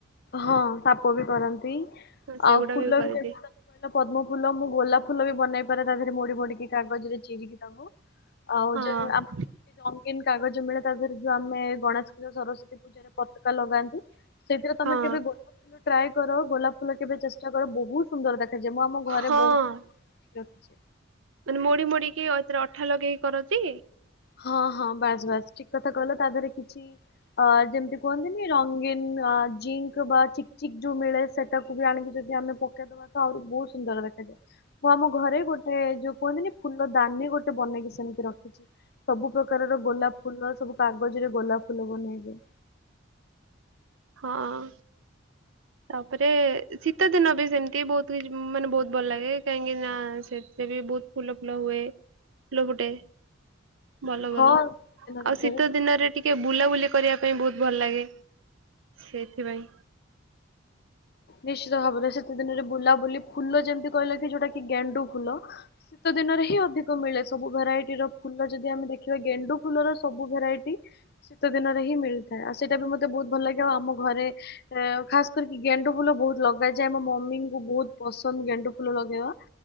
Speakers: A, on the left; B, on the right.
A: ହଁ, ସାପ ବି କରନ୍ତି।
B: ସେଗୁଡା
A: ଆଉ ଫୁଲ
B: କରିଦିଏ
A: ବି ପଦ୍ମ ଫୁଲ, ମୁଁ ଗୋଲାପ ଫୁଲ, ବି ବନେଇ ପାରେ, ତା ଦେହରେ ମୋଡି ମୋଡିକି କାଗଜରେ ଚିରିକି ତାକୁ ଆଉ,
B: ହଁ
A: ଯୋଉ ଆମ୍ ରଙ୍ଗୀନ୍ କାଗଜ ମିଳେ ତା' ଦେହରେ ଯୋଉ, ଆମେ ଗଣେଶ ପୂଜା, ସରସ୍ଵତୀ ପୂଜାରେ ପତକା ଲଗାନ୍ତି। ସେଥିରେ ତମେ
B: ହଁ
A: କେବେ ଗୋଲାପ ଫୁଲ ଟ୍ରାଏ କର। ଗୋଲାପ ଫୁଲ କେବେ ଚେଷ୍ଟା କର, ବହୁତ ସୁନ୍ଦର ଦେଖାଯାଏ। ମୁଁ ଆମ ଘରେ
B: ହଁ
A: ବହୁତ୍ ରଖିଛି।
B: ମାନେ, ମୋଡି ମୋଡିକି ଅଥିରେ ଅଠା ଲଗେଇକି କରନ୍ତି।
A: ହଁ, ହଁ, ବାସ୍ ବାସ୍ ଠିକ୍ କଥା କହିଲ। ତା' ଦେହରେ କିଛି ଅ ଯେମିତି କୁହନ୍ତିନି, ରଙ୍ଗୀନ ଅ ଜିଙ୍କ୍ ବା ଚିକ୍ ଚିକ୍ ଯୋଉ ମିଳେ। ସେଟାକୁ ବି ଆଣିକି ଯଦି ଆମେ ପକେଇଦବା ତ ଆହୁରି ବହୁତ ସୁନ୍ଦର ଦେଖାଯାଏ। ମୁଁ ଆମ ଘରେ ଗୋଟେ ଯୋଉ କୁହନ୍ତିନି, ଫୁଲ ଦାନି ଗୋଟେ ବନେଇକି ସେମିତି ରଖିଛି। ସବୁ ପ୍ରକାରର ଗୋଲାପ ଫୁଲ, ସବୁ କାଗଜରେ ଗୋଲାପ ଫୁଲ ବନେଇବେ।
B: ହଁ। ତା'ପରେ ଶୀତ ଦିନ ବି ସେମିତି, ବହୁତ କିଛି ମାନେ ବହୁତ ଭଲ ଲାଗେ। କାହିଁକି ନା ସେଥିରେ ବି ବହୁତ ଫୁଲ ଫୁଲ ହୁଏ। ଫୁଲ ଗୋଟେ ଭଲ
A: ହଁ
B: ଭଲ
A: ଦିନରେ
B: ଆଉ,
A: ବହୁତ
B: ଶୀତ ଦିନରେ ଟିକେ ବୁଲାବୁଲି କରିବା ପାଇଁ ବହୁତ ଭଲ ଲାଗେ, ସେଥିପାଇଁ।
A: ନିଶ୍ଚିତ ଭାବରେ, ଶୀତ ଦିନରେ ବୁଲାବୁଲି, ଫୁଲ ଯେମିତି କହିଲ କି ଯୋଉଟା କି ଗେଣ୍ଡୁ ଫୁଲ ଶୀତ ଦିନରେ ହିଁ ଅଧିକ ମିଳେ ସବୁ ଭେରାଇଟିର ଫୁଲ। ଯଦି ଆମେ ଦେଖିବା ଗେଣ୍ଡୁ ଫୁଲର ସବୁ ଭେରାଇଟି ଶୀତ ଦିନରେ ହିଁ ମିଳିଥାଏ। ଆଉ, ସେଇଟା ବି ମତେ ବହୁତ ଭଲ ଲାଗେ। ଆଉ, ଆମ ଘରେ-ଏ ଖାସ କରିକି ଗେଣ୍ଡୁ ଫୁଲ ବହୁତ୍ ଲଗାଯାଏ। ମୋ ମମିଙ୍କୁ ବହୁତ୍ ପସନ୍ଦ ଗେଣ୍ଡୁ ଫୁଲ ଲଗେଇବା।